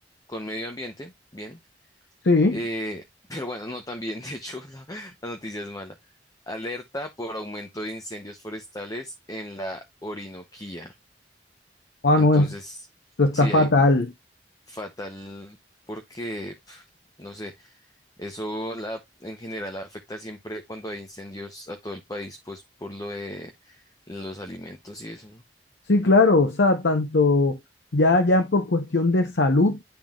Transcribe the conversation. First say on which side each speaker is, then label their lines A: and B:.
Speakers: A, on the left (about 20°); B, on the left (about 80°).
A: con medio ambiente, bien.
B: Sí,
A: Eh, <laughs> pero bueno, no tan bien, <laughs> de hecho, la, la noticia es mala. Alerta por aumento de incendios forestales en la Orinoquía.
B: ah,
A: Entonces,
B: no, es- esto está
A: sí,
B: fatal.
A: hay fatal porque, pf, no sé. Eso la, en general afecta siempre cuando hay incendios a todo el país, pues por lo de los alimentos y eso, ¿no?
B: Sí, claro, o sea, tanto ya, ya por cuestión de salud,